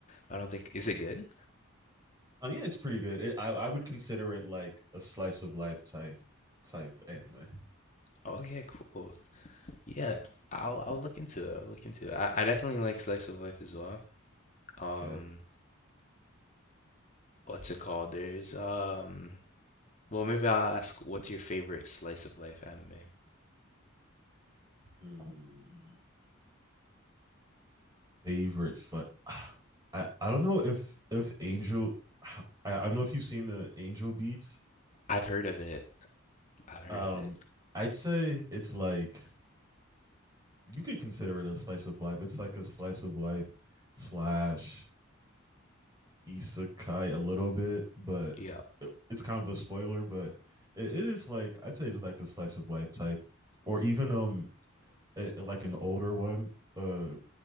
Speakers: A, on the left; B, on the right.
A: I don't think is it good?
B: Uh, yeah, it's pretty good. It, I I would consider it like a slice of life type type anime.
A: Oh yeah, cool. Yeah, I'll I'll look into it. I'll look into it. I, I definitely like slice of life as well. Um,
B: Okay.
A: what's it called? There's um, well maybe I'll ask what's your favorite slice of life anime?
B: Hmm. Favorite slice. <sighs> I I don't know if if Angel. I I don't know if you've seen the Angel Beats.
A: I've heard of it. I've heard
B: Um,
A: of it.
B: I'd say it's like you could consider it a slice of life. It's like a slice of life slash isekai a little bit, but
A: Yeah.
B: it's kind of a spoiler. But it, it is like I'd say it's like a slice of life type, or even um a- like an older one. Uh,